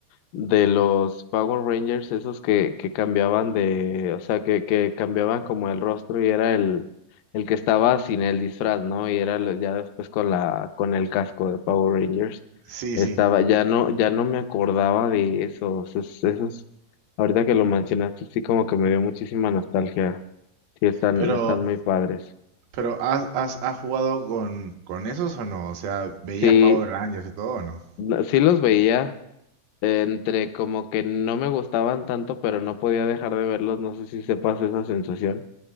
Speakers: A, on the left; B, on the right.
A: de los Power Rangers, esos que, que cambiaban de, o sea, que, que cambiaban como el rostro y era el, el que estaba sin el disfraz, ¿no? Y era lo- ya después con la, con el casco de Power Rangers.
B: Sí,
A: Estaba,
B: sí.
A: ya no, ya no me acordaba de esos, es- esos, ahorita que lo mencionaste, sí como que me dio muchísima nostalgia. Sí, están,
B: Pero,
A: están muy padres.
B: pero ¿has, has, has jugado con, con esos o no? O sea, ¿veías
A: Sí,
B: Power Rangers y todo o no?
A: no- sí los veía eh, entre como que no me gustaban tanto, pero no podía dejar de verlos, no sé si sepas esa sensación.